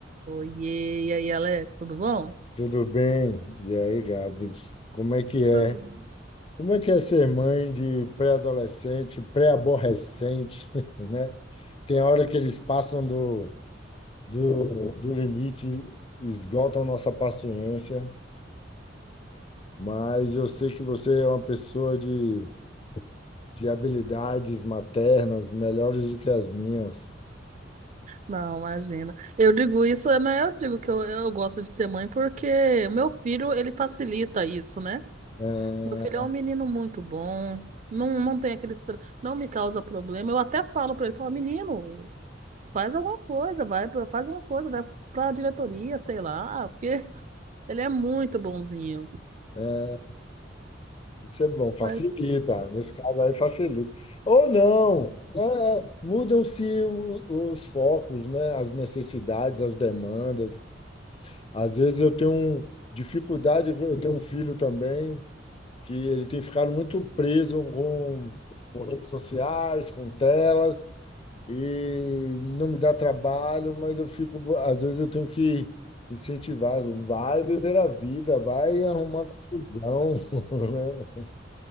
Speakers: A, on the right (about 40°); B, on the left (about 30°).
A: Oiê, e aí, Alex, tudo bom?
B: Tudo bem? E aí, Gabi? Como é que é?
A: Tudo bom.
B: Como é que é ser mãe de pré-adolescente, pré-aborrecente, <laughs> né? Tem hora que eles passam do, do, do limite, esgotam nossa paciência, mas eu sei que você é uma pessoa de, de habilidades maternas melhores do que as minhas.
A: Não, imagina. Eu digo isso, é, mas eu digo que eu, eu gosto de ser mãe porque o meu filho, ele facilita isso, né?
B: É,
A: Meu filho é um menino muito bom, não, não tem aquele... estra- Não me causa problema. Eu até falo pra ele, falo, menino, faz alguma coisa, vai, pra- faz alguma coisa, vai pra diretoria, sei lá, porque <laughs> ele é muito bonzinho.
B: é, Isso é bom, facilita.
A: Mas
B: Nesse caso aí, facilita. Ou não, é, mudam-se o- os focos, né? As necessidades, as demandas. Às vezes eu tenho um- dificuldade, eu tenho um filho também, que ele tem ficado muito preso com, com redes sociais, com telas, e não me dá trabalho, mas eu fico, às vezes eu tenho que incentivar, vai viver a vida, vai arrumar confusão, <laughs> né?